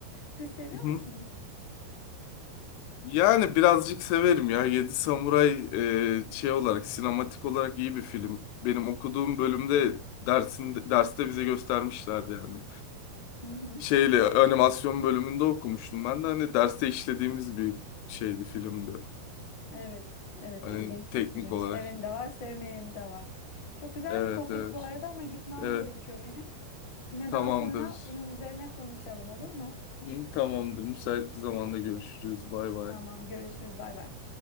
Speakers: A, on the left; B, on the left.
A: Siz seviyor
B: Mhm.
A: musunuz?
B: Yani birazcık severim ya. Yedi Samuray e, şey olarak, sinematik olarak iyi bir film. Benim okuduğum bölümde dersinde, derste bize göstermişlerdi yani.
A: Hı hı.
B: Şeyle animasyon bölümünde okumuştum ben de hani derste işlediğimiz bir şeydi filmdi.
A: Evet, evet
B: Hani
A: ilginç
B: teknik
A: bir film.
B: olarak.
A: Seveni de var, sevmeyeni de var. Çok güzel
B: Evet,
A: bir sohbet
B: evet.
A: bu arada ama gitmem
B: Evet,
A: gerekiyor benim. Yine
B: tamamdır.
A: daha sonra bunun üzerine konuşalım olur mu?
B: Hı, Tamamdır. Müsait bir zamanda görüşürüz. Bay bay.
A: Tamam görüşürüz bay bay.